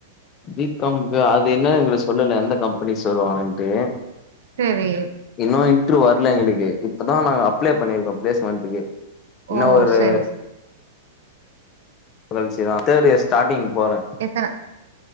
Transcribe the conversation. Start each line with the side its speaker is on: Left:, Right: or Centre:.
Left: பி காம்க்கு அது இன்னு எங்ளுக் சொல்லல எந்த கம்பெனிஸ் வருவாங்கன்ட்டு
Right: சேரி
Left: இன்னு இன்ட்ரு வர்ல எங்களுக்கு இப்பதா நாங்க அப்ளே பண்ணிருக்கோ பிளேஸ்மெண்ட்டுக்கு இன்னு
Right: ஓ
Left: ஒரு
Right: செரி செ
Left: மகிழ்ச்சி தா தேர்ட் இயர் ஸ்டாடிங் போறே
Right: எத்தன